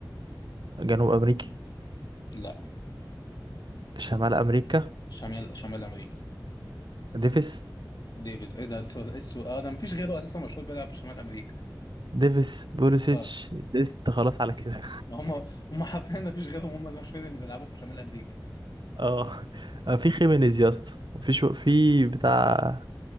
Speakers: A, on the right (about 70°); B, on the left (about 55°).
A: جنوب امريكي
B: لا
A: شمال امريكا
B: شمال شمال أمريكا
A: ديفيس
B: ديفيز ايه ده السؤال ايه السؤال اه ده مفيش غيره اساسا مشهور بيلعب في شمال أمريكا
A: ديفيس بوليسيتش
B: اه
A: ديست خلاص على كده
B: ما هم هم حرفيا مفيش غيرهم هم المشهورين اللي بيلعبوا في شمال أمريكا
A: <laughs> اه آه، في خيمينيز يا اسطى وفي شو في بتاع